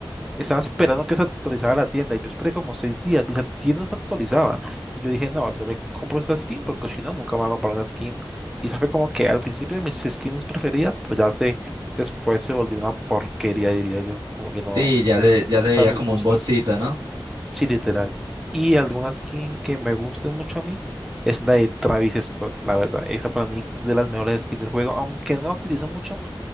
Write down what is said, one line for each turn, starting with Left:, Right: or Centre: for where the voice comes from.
Centre: Estaba esperando que se actualizara la tienda y yo esperé como seis días y esa tienda no se actualizaba. Y yo dije, no, yo me compro esta skin porque si no, nunca me voy a comprar una skin. Y esa fue como que al principio de mis skins preferidas, pero ya se, después se volvió una porquería, diría yo. Como que no
Right: Sí,
Centre: sé,
Right: ya se, ya se veía
Centre: para mis
Right: como
Centre: gustos.
Right: un botcito, ¿no?
Centre: Sí, literal. Y alguna skin que me guste mucho a mí es la de Travis Scott, la verdad. Esa para mí de las mejores skins del juego, aunque no la utilizo mucho,